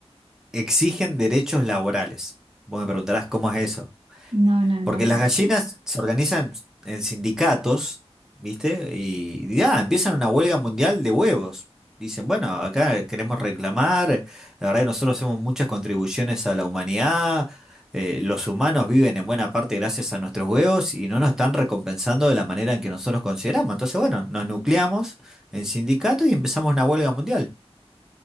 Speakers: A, in the centre; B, on the right.
A: exigen derechos laborales. Vos me preguntarás cómo es eso.
B: No, no, no,
A: Porque
B: no.
A: las gallinas se organizan en sindicatos, ¿viste? Y ya, empiezan una huelga mundial de huevos. Dicen, bueno, acá queremos reclamar, la verdad que nosotros hacemos muchas contribuciones a la humanidad, eh, los humanos viven en buena parte gracias a nuestros huevos y no nos están recompensando de la manera en que nosotros consideramos. Entonces, bueno, nos nucleamos en sindicatos y empezamos una huelga mundial.